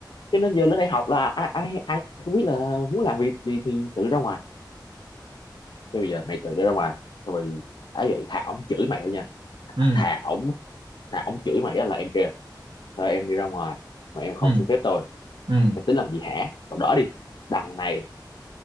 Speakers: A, on the left (about 70°); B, on the right (about 85°).
A: cho nên giờ lên đây học là ai ai ai cũng biết là muốn làm việc gì thì tự ra ngoài Thế bây giờ mày tự đi ra ngoài rồi đã vậy thà ổng chửi mày thôi nha
B: ừ
A: thà ổng thà ổng chửi mày á là em kia. Thôi em đi ra ngoài mà em không
B: ừ
A: xin phép tôi
B: ừ
A: em tính làm gì hả còn đỡ đi đằng này